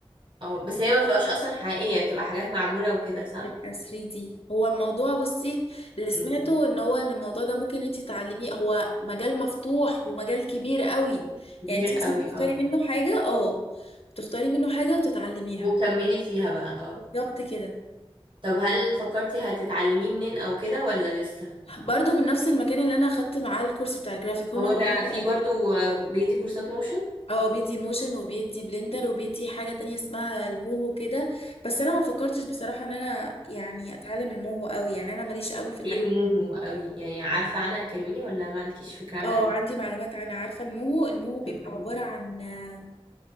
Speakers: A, on the right; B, on the left.
A: اه بس هي ما بتبقاش اصلا حقيقيه بتبقى حاجات معموله وكده صح
B: يبقى 3D هو الموضوع بصي اللي سمعته
A: امم
B: ان هو ان الموضوع ده ممكن انت تعلميه هو مجال مفتوح ومجال كبير قوي
A: كبير
B: يعني انت مثلا
A: قوي
B: بتختاري
A: اه
B: منه حاجة اه بتختاري منه حاجة وتتعلميها
A: وكملي فيها بقى اه
B: بالظبط كده
A: طب هل فكرتي هتتعلميه منين او كده ولا لسه
B: برضو من نفس المكان اللي انا اخدت معاه الكورس بتاع الجرافيك هما
A: هو
B: كانوا
A: ده
B: بيقدموا-
A: في برضو آه، بيدي كورسات موشن
B: اه بيدي موشن وبيدي بلندر وبيدي حاجة تانية اسمها الموهو كده بس انا ما فكرتش بصراحة ان انا يعني اتعلم الموهو قوي يعني انا ماليش قوي في الحاجات
A: ايه الموهو قوي يعني عارفة عنها كلميني ولا ما عندكيش فكرة عنها
B: اه
A: قوي
B: عندي معلومات عن عارفة الموهو الموهو بيبقى
A: طب قولي
B: عبارة عن آه،